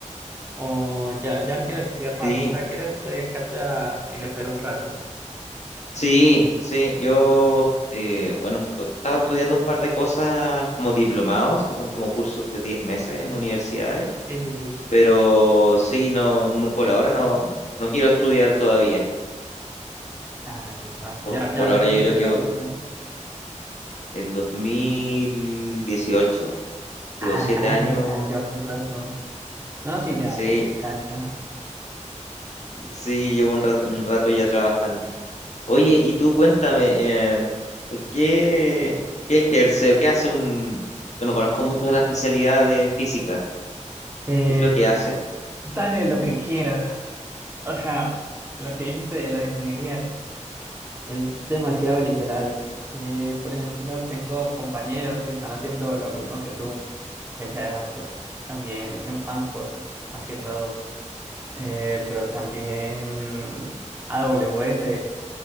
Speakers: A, on the right; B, on the left.
A: ¿O ya, ya no quieres estudiar más?
B: sí,
A: O sea, ¿quieres dedicarte a ejercer un rato?
B: sí. sí, Yo, eh, bueno, estu- he estado estudiando un par de cosas como diplomados, que son como cursos de 10 meses en universidades,
A: Sí, sí, sí.
B: pero sí, no, no por ahora no, no quiero estudiar todavía.
A: Ay, va.
B: Por,
A: ya, ya
B: por
A: hace
B: ahora
A: cuánto
B: yo
A: te graduaste.
B: creo que el 2018,
A: Ah,
B: digo, siete
A: dale,
B: años,
A: ya llevas un rato. No, sí, ya
B: sí,
A: tenés cancha.
B: sí, llevo un rato, un rato ya trabajando. Oye, y tú cuéntame, eh, ¿qué, qué ejerce o qué hace un... Yo no conozco mucho de la especialidad de física,
A: Eh,
B: ¿qué es lo que hace?
A: dale lo que quieras. O sea, lo que dijiste de las ingenierías. Es demasiado literal. Eh, por ejemplo, tengo compañeros que están haciendo lo mismo que tú, ciencia de datos, también en bancos, más que todo, eh, pero también AWS,